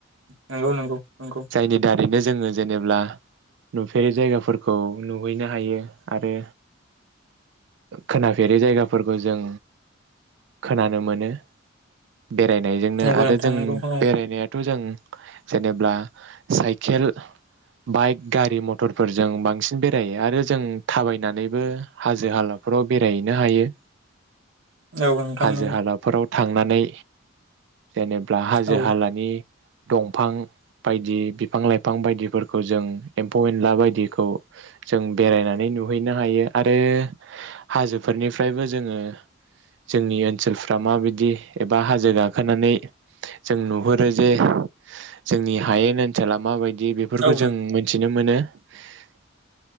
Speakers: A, on the right; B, on the right.
A: नंगौ नंगौ नंगौ
B: जायनि दारैनो जोङो जेनेब्ला नुफेरै जायगा फोरखौ नुहैनो हायो आरो खोनाफेरै जायगाफोरखौ जों खोनानो मोनो। बेरायनायजोंनो
A: नंगौ
B: आरो
A: नोंथां
B: जों
A: नंगौ औ
B: बेरायनाया जों जेनेब्ला साइकेल बाइक गारि मथरफोरजों। बांसिन बेरायो आरो जों थाबायनानैबो हाजो हाला फोराव बेरायहैनो हायो।
A: औ नोंथां
B: हाजो
A: नोंखौ।
B: हालाफोराव थांनानै जेनेबा हाजो
A: औ
B: हालानि दंफां बायदि बिफां लाइफां बायदिफोरखौ जों एम्फौ एनला बायदिखौ जों बेरायनानै नुहैनो हायो आरो हाजोफोरनिफ्रायबो जोङो जोंनि ओनसोलफ्रा माबायदि एबा हाजो गाखोनानै जों नुहुरो जे जोंनि हायेन ओनसोला माबायदि। दि बेफोरखौ
A: औ
B: जों मोनथिनो मोनो। <unintelligible>